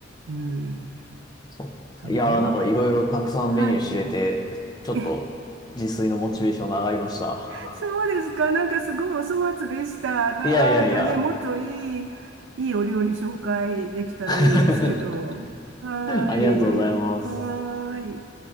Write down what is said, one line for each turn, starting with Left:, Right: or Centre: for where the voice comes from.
Right: うん、
Left: そう。
Right: そうね。
Left: いやー、なんかいろいろたくさんメニュー知れて、
Right: はい。
Left: ちょっと自炊のモチベーションが上がりました。
Right: え、<laughs> そうですか。なんかすごいお粗末でした。なんかね、
Left: いやいやいや。
Right: もっといい、いいお料理紹介できたらいいんですけど。
Left: <laughs>
Right: はーい。
Left: ありがとうございます。
Right: はーい。